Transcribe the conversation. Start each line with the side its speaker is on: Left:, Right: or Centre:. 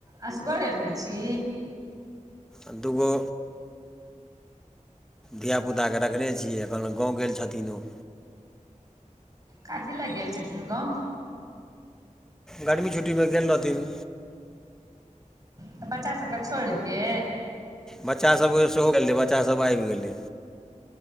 Right: असगरे रहय छी।
Centre: अ दुगो धियापुता कऽ रखने छि, एखन गांव गेल छथिन ओ।
Right: कथी लए गेल छथिन गाँव।
Centre: गर्मी छुट्टीमे गेल रहथिन।
Right: तऽ बच्चा सबकेँ छोड़िते।
Centre: बच्चासभ सेहो गेलै बच्चासभ आबि गेलै।